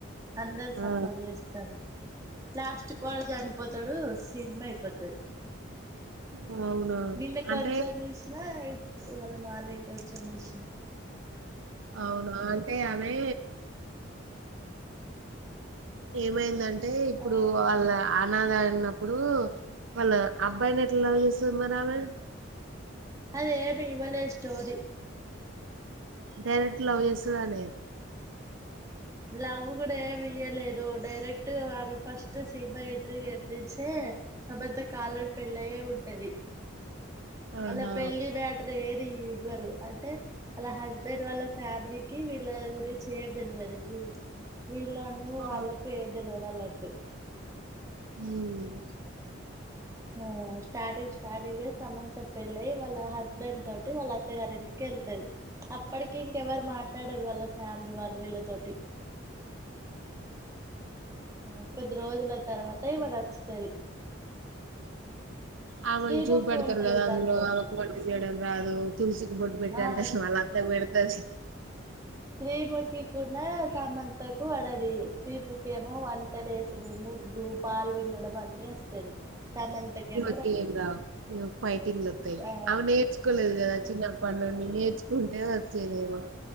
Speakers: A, on the right; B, on the right.
A: అందరు సపోర్ట్
B: ఆ
A: చేస్తారు లాస్ట్ కు వాడు చనిపోతాడు సినిమా అయిపోతది
B: ఆ అవునా
A: నిన్న
B: అంటే
A: కొంచెం చూసిన ఇవాళ్ళ మార్నింగ్ కొంచెం చూసినా
B: అవునా అంటే ఆమె ఏమైందంటే ఇప్పుడు
A: ఆ
B: వాళ్ళ అనాద అన్నప్పుడు వాళ్ళ అబ్బాయిని ఎట్లా లవ్ చేస్తది మరి ఆమె
A: అదేం ఇవలే స్టోరి
B: డైరెక్ట్ లవ్ చేస్తదనే
A: లవ్ కూడా ఏమి ఇయ్యలేదు డైరెక్ట్ ఆమె ఫస్ట్ సీనిమా ఎంట్రీ న్నుంచే సమంత కి ఆల్రెడీ పెళ్ళయే ఉంటది
B: ఆహా
A: అల పెళ్లి మ్యాటర్ ఏ ఇవ్వరు అంటె అల హస్బెండ్ వాళ్ళ ఫ్యామిలీకి వీళ్ళ గురించి ఏం తెల్వది వీళ్ళ అన్నయ
B: ఆ
A: వాళ్ళకు ఏది తేల్వది అనట్టే
B: ఊమ్మ్
A: ఆ స్టార్టింగ్ స్టార్టింగె సమంత పెళ్ళై వాళ్ళ హస్బెండ్ తోటి వాళ్ళ అత్తగారి ఇంటికి ఎల్తది అప్పటికి ఇంకెవరు మాట్లాడరు వాళ్ళ ఫ్యామిలీ వాళ్ళు వీళ్ళతోటి ఆ కొద్ది రోజుల తర్వాత ఈమె నచ్చుతది
B: అ ఆమెను
A: శ్రీముఖి
B: చూపెడతరు
A: ఉంటది
B: కదా
A: దాంట్లో
B: అందులో ఆమెకు వంట చేయడం రాదు తులసికి బొట్టు పెట్టు
A: ఆ
B: అంటె వాళ్ళ అత్తకు పెడ్తది
A: శ్రీముఖీ కు నా సమంతకు వడది శ్రీముఖి ఏమో వంట లేసుడు, ముగ్గు, పాలు విండడం అన్ని వస్తది సమంత కేమో
B: ముగ్గులు ఏం రావు పైటింగ్లతై
A: ఆ
B: ఆమె నేర్చుకోలేదు కద చిన్నప్పటినుండి నేర్చుకుంటె వచ్చేదేమో